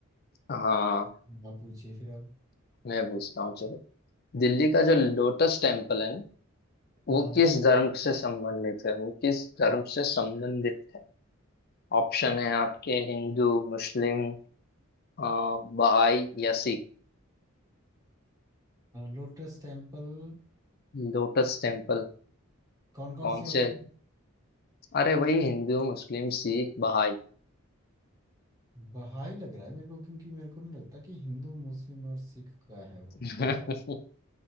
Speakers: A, on the left; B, on the right.
A: हाँ
B: आप पूछिए फिर अब
A: मैं पूछता हूँ चलो दिल्ली का जो लोटस टेम्पल है ना, वो
B: हाँ
A: किस धर्म से संबंधित है वो किस धर्म से संबंधित है ऑप्शन है आपके हिंदू मुस्लिम अ, बहाई या सिख
B: Lotus temple
A: Lotus temple
B: कौन कौन
A: कौन
B: सी ऑप्शन
A: से अरे वही हिंदू मुस्लिम सिख बहाई
B: बहाई लग रहा है मेरे को क्योंकि मेरे को नहीं लगता कि हिंदू मुस्लिम और सिख का है वो
A: <laughs>
B: बहाई